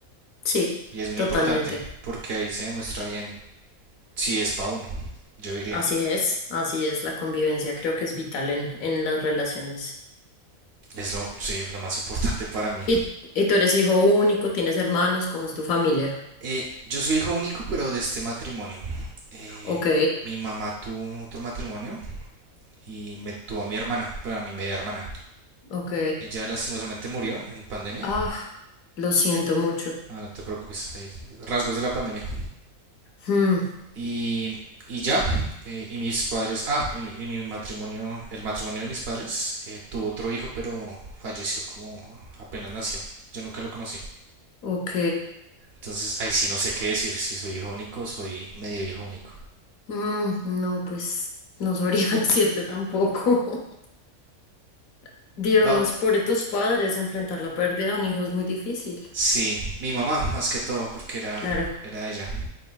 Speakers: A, on the left (about 70°); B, on the right (about 65°).
A: Sí,
B: y es muy
A: totalmente.
B: importante porque ahí se demuestra bien si es para uno, yo diría.
A: Así es, así es, la convivencia creo que es vital en, en las relaciones.
B: Es lo, sí, lo más importante para mí.
A: ¿Y, y tú eres hijo único? ¿Tienes hermanos? ¿Cómo es tu familia?
B: Eh, yo soy hijo único, pero de este matrimonio. Eh,
A: Ok.
B: mi mamá tuvo otro matrimonio y me tuvo a mi hermana, bueno a mi media hermana.
A: Ok.
B: Ella lastimosamente murió en pandemia.
A: Ah, lo siento mucho.
B: Ah, no te preocupes, hay rasgos de la pandemia.
A: Hmm,
B: Y, y ya, eh, y mis padres, ah, y, mi- y mi matrimonio, el matrimonio de mis padres, eh, tuvo otro hijo, pero falleció como apenas nació. Yo nunca lo conocí.
A: ok.
B: Entonces, ahí sí no sé qué decir, si soy hijo único o soy medio hijo único.
A: Mm, no, pues no sabría <laughs> decirte tampoco. <laughs> Dios,
B: No,
A: pobre tus padres, enfrentar la pérdida de un hijo es muy difícil.
B: Sí, mi mamá, más que todo, porque era,
A: Claro.
B: era ella.